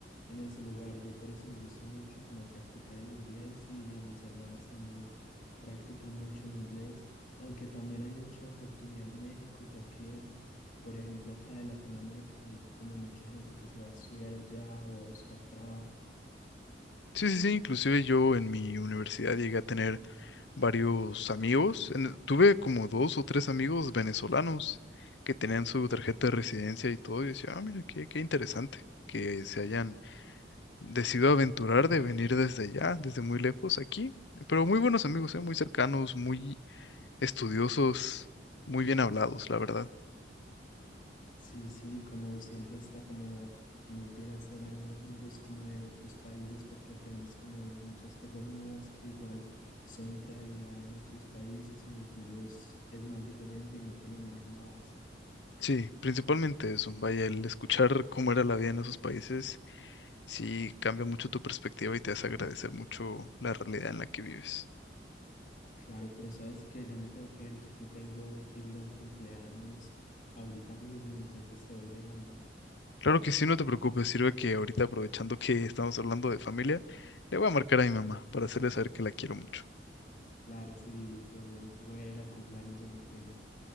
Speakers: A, on the left; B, on the left.
A: en ese lugar. Yo por eso me gusta mucho como practicar el inglés y a mis hermanas también practican mucho el inglés, aunque también hay mucha oportunidad en México, ya que, por ejemplo, acá de Latinoamérica hay como mucha gente que se va a estudiar allá o a buscar trabajo.
B: Sí, sí, sí. Inclusive yo en mi universidad llegué a tener varios amigos. en- tuve como dos o tres amigos venezolanos que tenían su tarjeta de residencia y todo. Y decía, ah, mira, qué, qué interesante que se hayan decido aventurar de venir desde allá, desde muy lejos, aquí. Pero muy buenos amigos, ¿eh? Muy cercanos, muy estudiosos, muy bien hablados, la verdad.
A: Sí, sí, como siempre está como muy bien hacer a nue- amigos como de otros países porque aprendes como muchas cosas nuevas que igual son realidad en otros países y en el tuyo es, es más diferente y no te lo imaginabas.
B: Sí, principalmente eso. Vaya, el escuchar cómo era la vida en esos países, sí cambia mucho tu perspectiva y te hace agradecer mucho la realidad en la que vives.
A: Claro, pero sabes que ya me tengo que ir, ya que tengo que ir a un cumpleaños ahorita mismo, entonces te voy dejando.
B: Claro que sí, no te preocupes, sirve que ahorita aprovechando que estamos hablando de familia, le voy a marcar a mi mamá para hacerle saber que la quiero mucho.
A: Claro, sí, yo voy a ir al cumpleaños de mi primo.